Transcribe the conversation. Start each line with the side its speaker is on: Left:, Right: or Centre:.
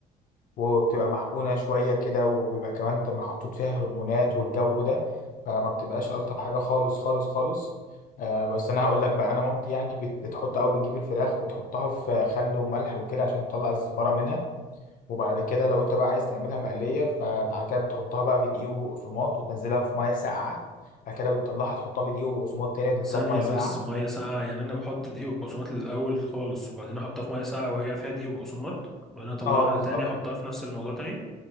Left: وبتبقى محقونه شويه كده وبيبقى كمان تم- محطوط فيها هرمونات والجو ده فما بتبقاش الطف حاجه خالص خالص خالص آه بس انا هقول لك بقى انا مامتي يعني بت- بتحط او بتجيب الفراخ بتحطها في خل وملح وكده عشان تطلع الزفاره منها وبعد كده لو انت بقى عايز تعملها مقليه فبعد كده بتحطها بقى في دقيق وبقسماط وتنزلها في ميه ساقعه بعد كده بتطلعها تحطها في دقيق وبقسماط تاني وتنزلها
Centre: ثانية
Left: في ميه ساقعه
Centre: بس مية ساقعة يعني انا بحط دقيق وبقسماط الاول خالص وبعدين احطها في مية ساقعة وهي فيها دقيق وبقسماط وبعدين اطلعها
Left: اه بالظبط
Centre: تاني احطها في نفس الموضوع تاني